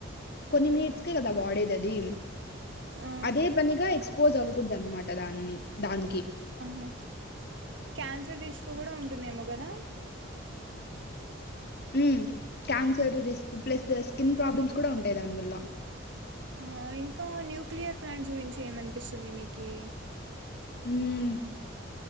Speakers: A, on the left (about 55°); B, on the right (about 65°).
A: కొన్ని మినిట్స్ కే కదా వాడేది అది
B: ఆ
A: అదే పనిగా ఎక్స్పోజ్ అవ్వకూడదు అనమాట దాన్ని దానికి
B: ఆహా క్యాన్సర్ రిస్క్ కూడా ఉన్ దెమో కదా
A: ఉహ్ cancer risk plus skin problems కూడా ఉంటాయి దానివల్ల
B: ఆ ఇంకా న్యూక్లియర్ ప్లాంట్స్ గురించి ఏమనిపిస్తుంది మీకి
A: ఉహ్